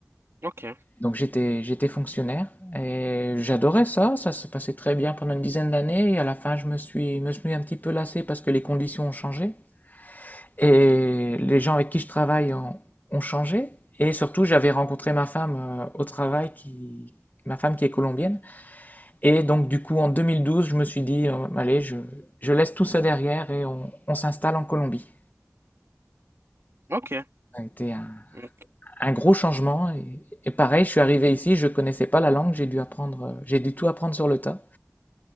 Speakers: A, on the right; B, on the left.
A: Ok,
B: Donc j'étais, j'étais fonctionnaire et j'adorais ça. Ça se passait très bien pendant une dizaine d'années et à la fin, je me suis, me suis un petit peu lassé parce que les conditions ont changé. Et les gens avec qui je travaille ont, ont changé. Et surtout, j'avais rencontré ma femme euh, au travail, qui, ma femme qui est colombienne. Et donc, du coup, en 2012, je me suis dit, euh, allez, je, je laisse tout ça derrière et on, on s'installe en Colombie.
A: ok.
B: Ça a été un,
A: Donc,
B: un gros changement. Et, et pareil, je suis arrivé ici, je ne connaissais pas la langue, j'ai dû apprendre, euh, j'ai dû tout apprendre sur le tas.